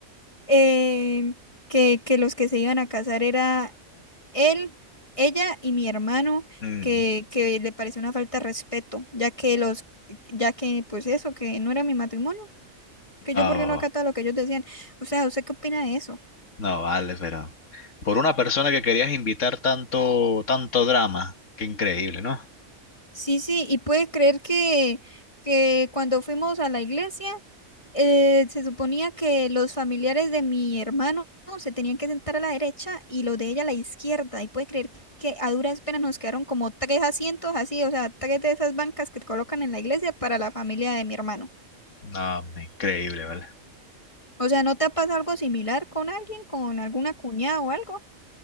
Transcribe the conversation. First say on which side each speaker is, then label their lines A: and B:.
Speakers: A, on the left; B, on the left.
A: eh, que, que los que se iban a casar era él, ella y mi hermano,
B: Mm,
A: que, que le pareció una falta de respeto, ya que los, ya que, pues eso, que no era mi matrimonio, que
B: no,
A: yo porque no acataba lo que ellos decían. O sea, ¿usted qué opina de eso?
B: no vale, pero por una persona que querías invitar tanto, tanto drama, qué increíble, ¿no?
A: Sí, sí, y puede creer que, que cuando fuimos a la iglesia, eh, se suponía que los familiares de mi hermano se tenían que sentar a la derecha y los de ella a la izquierda. Y puede creer que a duras penas nos quedaron como tres asientos así, o sea, tres de esas bancas que colocan en la iglesia para la familia de mi hermano.
B: No, increíble, ¿vale?
A: O sea, ¿no te ha pasado algo similar con alguien, con alguna cuñada o algo?